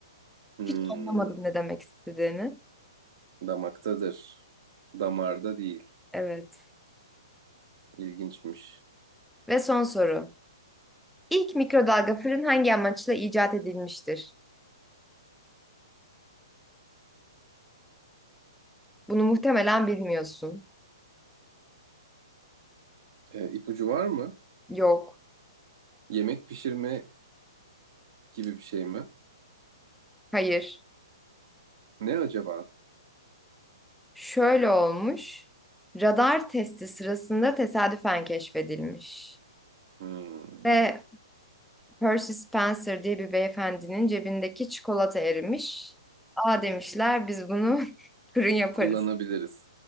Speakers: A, on the right; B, in the centre.
A: Hmm,
B: Hiç anlamadım ne demek istediğini.
A: damaktadır. Damarda değil.
B: Evet.
A: İlginçmiş.
B: Ve son soru. İlk mikrodalga fırın hangi amaçla icat edilmiştir? Bunu muhtemelen bilmiyorsun.
A: E, ipucu var mı?
B: Yok.
A: Yemek pişirme gibi bir şey mi?
B: Hayır.
A: Ne acaba?
B: Şöyle olmuş. Radar testi sırasında tesadüfen keşfedilmiş.
A: Hmm,
B: Ve Percy Spencer diye bir beyefendinin cebindeki çikolata erimiş. Aa demişler biz bunu <laughs> fırın yaparız.
A: kullanabiliriz.